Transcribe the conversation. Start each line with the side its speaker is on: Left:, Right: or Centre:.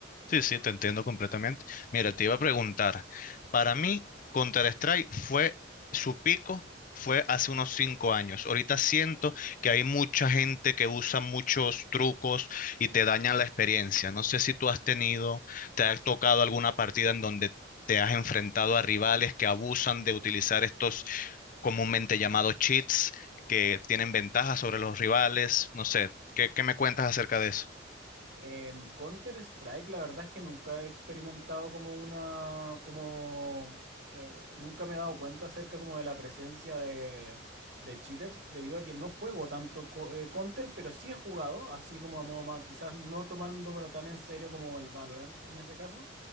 Left: Sí, sí, te entiendo completamente. Mira, te iba a preguntar, para mí Counter-Strike fue su pico, fue hace unos cinco años. Ahorita siento que hay mucha gente que usa muchos trucos y te dañan la experiencia. No sé si tú has tenido, te ha tocado alguna partida en donde te has enfrentado a rivales que abusan de utilizar estos comúnmente llamados cheats que tienen ventajas sobre los rivales. No sé, ¿qué, qué me cuentas acerca de eso?
Right: En Counter-Strike, la verdad es que nunca he experimentado como una, como, la- nunca me he dado cuenta acerca como de la presencia de, de cheaters, debido a que no juego tanto co- eh, Counter, pero sí he jugado, así como a modo más, quizás no tomándomelo tan en serio como el Valorant en ese caso.